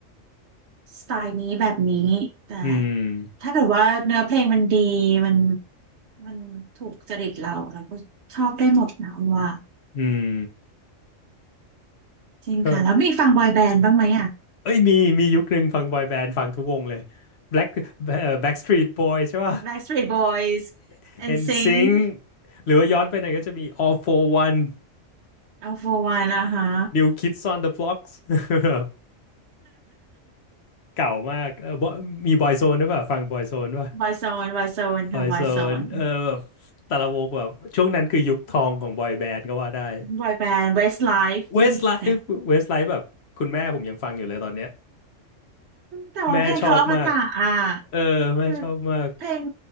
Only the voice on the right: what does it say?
สไตล์นี้แบบนี้แต่
ถ้าเกิดว่าเนื้อเพลงมันดีมันมันถูกจริตเราเราก็ชอบได้หมดนะคุณว่า
จริงค่ะแล้วมีฟังบอยแบนด์บ้างไหมอ่ะ
Backstreet Boys NSYNC
1นซิงค์
Alpha One นะคะ
<laughs> บอยโซนบอยโซนค่ะบอยโซน
บอยแบนด์ Westlife
อะไรอย่างเงี้ย
แต่ว่าเพลงเขาอมตะอ่ะ
คือเพลง